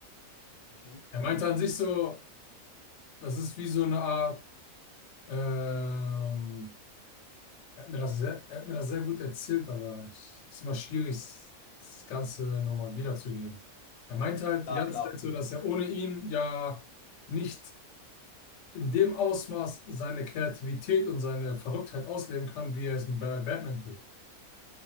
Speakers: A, on the left; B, on the left.
A: Mhm.
B: Er meinte an sich so, das ist wie so eine Art ähm, Er hat mir das sehr, er hat mir das sehr gut erzählt, aber es ist immer schwierig, das Ganze nochmal wiederzugeben. Er meinte halt
A: Ja,
B: die ganze
A: klar.
B: Zeit so, dass er ohne ihn ja nicht in dem Ausmaß seine Kreativität und seine Verrücktheit ausleben kann, wie er es bei Batman tut.